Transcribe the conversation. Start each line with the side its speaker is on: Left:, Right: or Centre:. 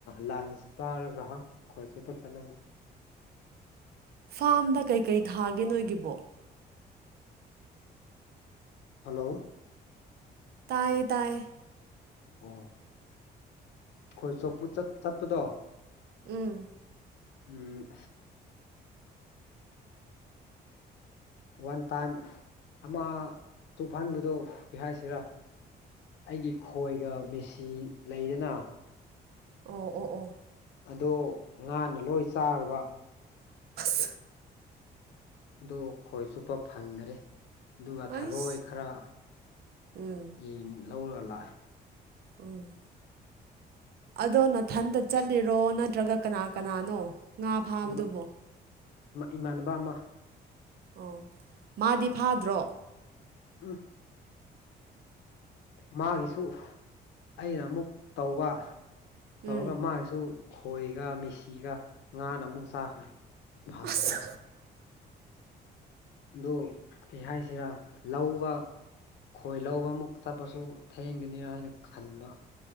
Left: ꯂꯥꯟꯁ ꯆꯥꯔꯒ ꯈꯣꯏ ꯆꯣꯞꯄ ꯆꯠꯂꯦ
Right: ꯐꯥꯝꯗ ꯀꯩꯀꯩ ꯊꯥꯒꯦ ꯅꯣꯏꯒꯤꯕꯣ
Left: ꯍꯜꯂꯣ
Right: ꯇꯥꯏꯌꯦ ꯇꯥꯏꯌꯦ
Left: ꯑꯣ ꯈꯣꯏ ꯆꯣꯞꯄ ꯆꯠ ꯆꯠꯄꯗꯣ
Right: ꯎꯝ
Left: ꯎꯝ ꯋꯥꯟ ꯇꯥꯏꯝ ꯑꯃ ꯆꯣꯞꯍꯟꯕꯗꯣ ꯀꯩ ꯍꯥꯏꯁꯤꯔꯥ ꯑꯩꯒꯤ ꯈꯣꯏꯒ ꯃꯦꯁꯤ ꯂꯩꯗꯅ
Right: ꯑꯣ ꯑꯣ ꯑꯣ
Left: ꯑꯗꯣ ꯉꯥꯅ ꯂꯣꯏ ꯆꯥꯔꯕ
Right: ꯑꯁ
Left: ꯑꯗꯨ ꯈꯣꯏ ꯆꯣꯞꯄ ꯐꯪꯗ꯭ꯔꯦ ꯑꯗꯨꯒ
Right: ꯑꯩꯁ
Left: ꯊꯔꯣꯏ ꯈꯔ
Right: ꯎꯝ
Left: ꯌꯦꯡ ꯂꯧꯔꯒ ꯂꯥꯛꯑꯦ
Right: ꯎꯝ ꯑꯗꯣ ꯅꯊꯟꯇ ꯆꯠꯂꯤꯔꯣ ꯅꯠꯇ꯭ꯔꯒ ꯀꯅꯥ ꯀꯅꯥꯅꯣ ꯉꯥ ꯐꯥꯕꯗꯨꯕꯣ
Left: ꯏꯃꯥ ꯏꯃꯥꯟꯅꯕ ꯑꯃ
Right: ꯑꯣ ꯃꯥꯗꯤ ꯐꯥꯗ꯭ꯔꯣ
Left: ꯎꯝ ꯃꯥꯒꯤꯁꯨ ꯑꯩꯅ ꯑꯃꯨꯛ ꯇꯧꯕ ꯇꯧꯔꯒ
Right: ꯎꯝ
Left: ꯃꯥꯒꯤꯁꯨ ꯈꯣꯏꯒ ꯃꯦꯁꯤꯒ ꯉꯥꯅ ꯑꯃꯨꯛ ꯆꯥꯈ꯭ꯔꯦ ꯐꯪꯗ꯭ꯔꯦ
Right: ꯑꯁ
Left: ꯑꯗꯨ ꯀꯩ ꯍꯥꯏꯁꯤꯔꯥ ꯂꯧꯕ ꯈꯣꯏ ꯂꯧꯕ ꯑꯃꯨꯛ ꯆꯠꯄꯁꯨ ꯊꯦꯡꯒꯅꯤ ꯍꯥꯏꯅ ꯈꯟꯕ